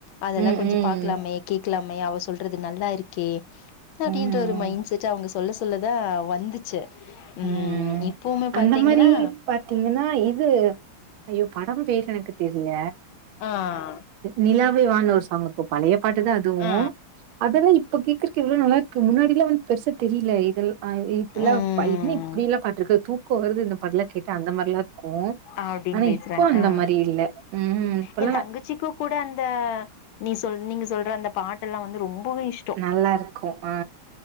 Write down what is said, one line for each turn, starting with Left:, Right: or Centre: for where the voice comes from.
Left: அதெல்லா
Right: ம்.
Left: கொஞ்சோ
Right: ம்.
Left: பாக்லாமே கேக்லாமே அவ சொல்றது நல்லா இருக்கே
Right: ம்.
Left: அப்டின்ற ஒரு மைண்ட் செட் அவ்ங்க சொல்ல சொல்லதா வந்துச்சு உம்
Right: ம்.
Left: இப்பவுமே
Right: அந்த
Left: பாத்தீங்கன்னா
Right: மாரி பாத்தீங்கன்னா இது ஐயோ படம் பேர் எனக்கு தெரில
Left: ஆ
Right: நிலாவே வா ஒரு சாங்குக்கும் பழைய பாட்டு தா அதுவும்
Left: ஆ
Right: அதெல்லா இப்ப கேக்குறக்கு எவ்ளோ நல்லா இருக்கு முன்னாடி எல்லாம் வந் பெருசா தெரியில இதெல்லா ஆ இப்பல்லா
Left: ம்
Right: என்ன இப் ப்படியெல்லாம் பாட்டுருக்கு தூக்கோ வருது இந்த பாட்லா கேட்டா அந்த மாரிலா இருக்கூ
Left: அப்டின்னு
Right: ஆனா
Left: பேசுறாங்க
Right: இப்போ அந்த
Left: ஆ
Right: மாரி இல்ல ம் இப்பல்லா
Left: என் தங்கச்சிக்கு கூட அந்த நீ சொல் நீங்க சொல்ற அந்த பாட்டெல்லாம் வந்து ரொம்பவே இஷ்
Right: நல்லாருக்கூ ஆ